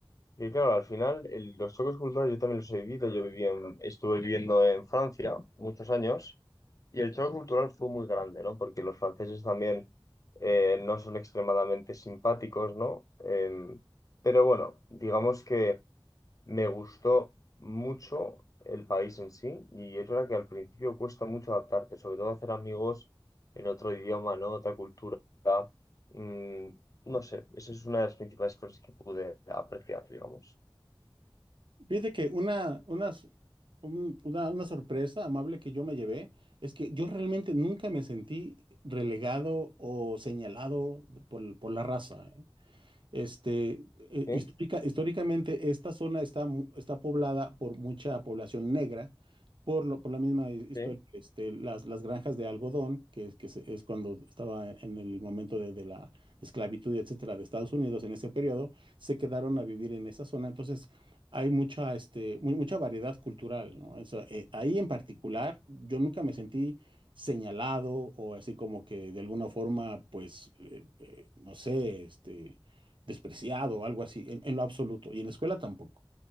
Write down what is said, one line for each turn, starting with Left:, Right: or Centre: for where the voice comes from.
Left: que, claro, al final el- los choques culturales yo también los he vivido, yo viví en- estuve viviendo en Francia muchos años y el choque cultural fue muy grande, ¿no? Porque los franceses también eh, no son extremadamente simpáticos, ¿no? Em, pero bueno, digamos que... Me gustó mucho el país en sí y es verdad que al principio cuesta mucho adaptarte, sobre todo hacer amigos en otro idioma, ¿no? Otra cultura. Mm, no sé, esa es una de las principales cosas que pude apreciar, digamos.
Right: Fíjate que una, unas- un- una, una sorpresa amable que yo me llevé es que yo realmente nunca me sentí relegado o señalado por, por la raza. ¿eh? Este, eh,
Left: ¿Sí?
Right: histórica- históricamente esta zona está, mu- está poblada por mucha población negra, por, lo- por la misma hi- historia,
Left: ¿Sí?
Right: este, las, las granjas de algodón, que, es- que se- es cuando estaba en, en el momento de, de la esclavitud, etcétera, de Estados Unidos en ese periodo, se quedaron a vivir en esa zona. Entonces, hay mucha, este, mu- mucha variedad cultural, ¿no? O sea, eh, ahí en particular, yo nunca me sentí señalado o así como que de alguna forma, pues, eh, eh, no sé, este despreciado o algo así, en, en lo absoluto, y en la escuela tampoco.